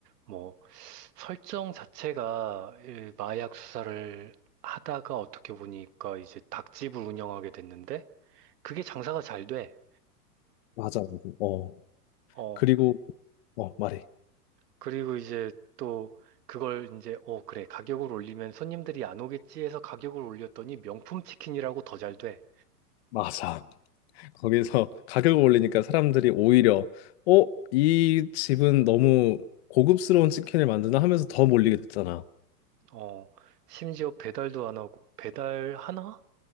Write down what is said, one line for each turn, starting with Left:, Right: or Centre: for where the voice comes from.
Right: 뭐, 설정 자체가 이 마약 수사를 하다가 어떻게 보니까 이제 닭집을 운영하게 됐는데, 그게 장사가 잘 돼.
Left: 맞아, 맞아. 어.
Right: 어,
Left: 그리고 어 말해
Right: 그리고 이제 또 그걸 이제, 어, 그래, 가격을 올리면 손님들이 안 오겠지 해서 가격을 올렸더니 명품 치킨이라고 더 잘 돼.
Left: 맞아. 거기서 <laughs> 가격을 올리니까 사람들이 오히려 어, 이 집은 너무 고급스러운 치킨을 만드나 하면서 더 몰리게 됐잖아.
Right: 어, 심지어 배달도 안 하고, 배달 하나?